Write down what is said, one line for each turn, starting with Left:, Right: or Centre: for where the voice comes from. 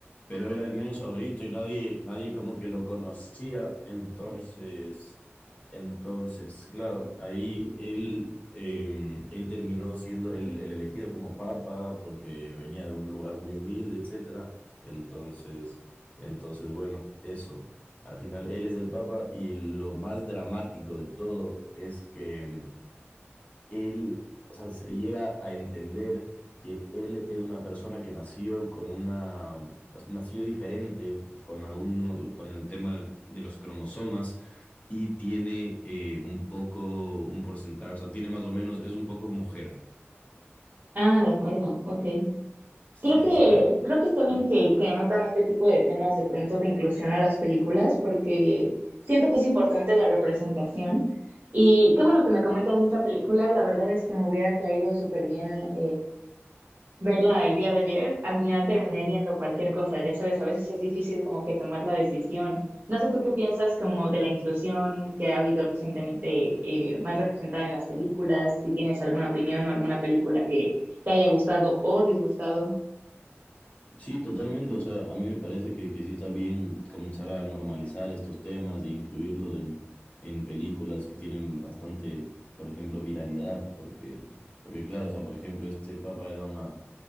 Left: pero era el menos favorito y nadie, nadie como que lo conocía. Entonces, entonces, claro, ahí él, eh, él terminó siendo el, el elegido como papa porque venía de un lugar muy humilde, etcétera. Entonces, entonces, bueno, eso. Al final, él es el papa y lo más dramático de todo es que em, él, o sea, se llega a entender que él es una persona que nació con una, nació diferente con algún, con el tema de los cromosomas y tiene eh, un poco, un porcentaje, o sea, tiene más o menos, es un poco mujer.
Right: Ah, de acuerdo, ok.
Left: Sí,
Right: Creo que,
Left: sí, sí, por
Right: creo que está bien
Left: los
Right: que, que metan este tipo de temas de pronto de inclusión a las películas, porque siento que es importante la representación. Y qué bueno que me comentas esta película, la verdad es que me hubiera caído súper bien verla el día de ayer, al final terminé viendo cualquier cosa, ya sabes, a veces es difícil como que tomar la decisión. No sé tú qué piensas como de la inclusión que ha habido recientemente eh, más representada en las películas, si tienes alguna opinión o alguna película que te haya gustado o disgustado.
Left: Sí, totalmente. O sea, a mí me parece que, que sí está bien comenzar a normalizar estos temas e incluirlos en, en películas que tienen bastante, por ejemplo, viralidad, porque, porque claro, o sea, por ejemplo, este papa era una,